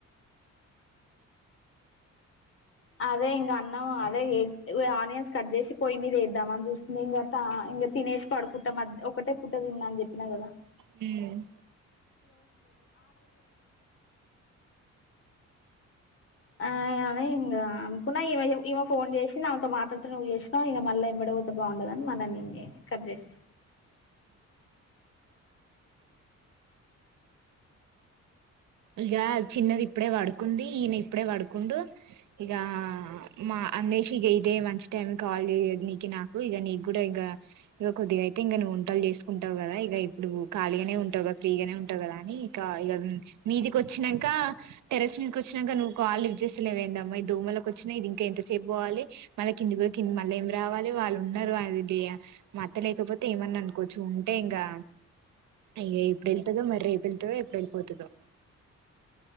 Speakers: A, on the left (about 45°); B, on the right (about 85°).
A: అదే ఇంకా అన్నం అదే ఆనియన్స్ కట్ చేసి పోయి మీదేద్దామని చూస్తునా ఇంగ ఇంకా తినేసి పడుకుంటా మద్ ఒకటే పుట్ట తిన్నా అని చెప్పిన కదా
B: హ్మ్
A: అ అని ఇంక అనుకున్నా ఈమె ఈమ ఫోన్ చేసి నాతో మాట్లాడుతు నువ్ చేసినావు ఇంగ మళ్లా ఎంబడ బడితే బాండదని మళ్ళ నేనే కట్ చేసి
B: ఇక చిన్నది ఇప్పుడే పడుకుంది ఈయన ఇప్పుడే పడుకుండు ఇక మా అన్వేషికయి ఇదే మంచి టైం కాల్ చేయదు నీకి నాకు ఇక నిగూడ ఇగ ఇక కొద్దిగా అయితే ఇంకా నువ్వు వంటలు చేసుకుంటావు కదా ఇక ఇప్పుడు ఖాళీగానే ఉంటావు క ఫ్రీగానే ఉంటావు కదా అని ఇంక ఇ మీదికి వచ్చినాక టెరెస్ మీదకి వచ్చినాక నువ్వు కాల్ లిఫ్ట్ చేస్తలేవేన్దమ్మా ఈ దోమలో కోచిన వచ్చినా ఇది ఇంకా ఎంతసేపు పోవాలి మళ్ళా కిందికి పోతే కింద మళ్ళీ ఏం రావాలి వాళ్ళు ఉన్నారు అది ఇది మా అత్త లేకపోతే ఏమన్నా అనుకోచ్చు ఉంటే ఇంకా అయ్యో ఎప్పుడు ఎల్తదో మరి పిల్తుదో ఎప్పుడు ఎళ్ళిపోతదో